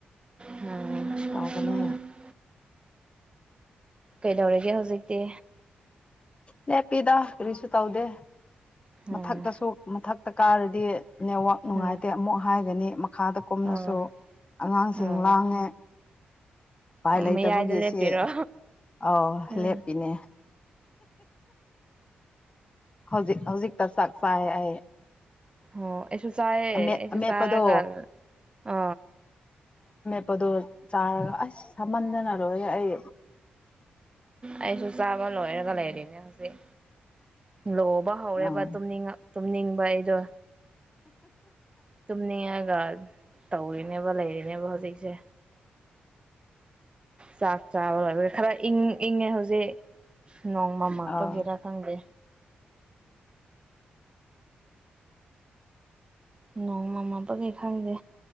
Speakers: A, on the right (about 25°); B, on the left (about 30°).
A: ꯎꯝ
B: ꯇꯧꯕꯅꯦ
A: ꯀꯩꯗꯧꯔꯒꯦ ꯍꯧꯖꯤꯛꯇꯤ
B: ꯅꯦꯄꯤꯗ ꯀꯔꯤꯁꯨ ꯇꯧꯗꯦ
A: ꯎꯝ
B: ꯃꯊꯛꯇꯁꯨ ꯃꯊꯛ ꯇ ꯀꯥꯔꯗꯤ ꯅꯦꯠꯋꯥꯛ ꯅꯨꯡꯉꯥꯏꯇꯦ
A: ꯎꯝ
B: ꯑꯃꯨꯛ ꯍꯥꯏꯒꯅꯤ ꯈꯥꯗ ꯀꯨꯝꯅꯁꯨ
A: ꯑꯣ
B: ꯑꯉꯥꯡꯁꯤꯡ
A: ꯑꯣ
B: ꯂꯥꯡꯉꯦ ꯎꯄꯥꯏ ꯂꯩꯇꯕꯒꯤ
A: ꯃꯌꯥꯏꯗ ꯂꯦꯞꯄꯤꯔꯣ
B: ꯁꯤ ꯑꯥꯎ
A: ꯎꯝ
B: ꯂꯦꯞꯄꯤꯅꯦ ꯍꯧꯖꯤꯛ ꯍꯧꯖꯤꯛꯇ ꯆꯥꯛ ꯆꯥꯏ ꯑꯩ
A: ꯑꯣ ꯑꯩꯁꯨ ꯆꯑꯦ
B: ꯑꯃꯦꯠ
A: ꯑꯦꯁꯨ
B: ꯑꯃꯦꯠꯄꯗꯣ
A: ꯆꯒꯔ ꯑ
B: ꯆꯛꯄꯗꯣ ꯆꯥꯔꯒ ꯑꯁ ꯁꯝꯃꯟꯗꯅ ꯂꯣꯏꯔꯦ ꯑꯩ
A: ꯑꯩꯁꯨ ꯆꯥꯕ ꯂꯣꯏꯔꯒ ꯂꯩꯔꯤꯅꯦ ꯍꯧꯖꯤꯛ ꯂꯣꯕ ꯍꯧꯔꯦꯕ
B: ꯑꯥ
A: ꯇꯨꯝꯅꯤꯡ ꯇꯨꯝꯅꯤꯡꯕ ꯑꯩꯗꯣ ꯇꯨꯝꯅꯤ ꯌꯥꯒ ꯇꯧꯔꯤꯅꯦ ꯂꯩꯔꯤꯅꯦꯕ ꯍꯧꯖꯤꯛꯁꯦ ꯆꯥꯛ ꯆꯥꯕ ꯑꯣꯏꯕ ꯈꯔ ꯏꯪ ꯏꯪꯉꯦ ꯍꯧꯖꯤꯛ ꯅꯣꯡꯃꯝꯃꯄꯒꯤꯔꯥ
B: ꯑꯥ
A: ꯈꯪꯗꯦ ꯅꯣ ꯃꯃꯥꯄꯥꯒꯤ ꯈꯪꯗꯦ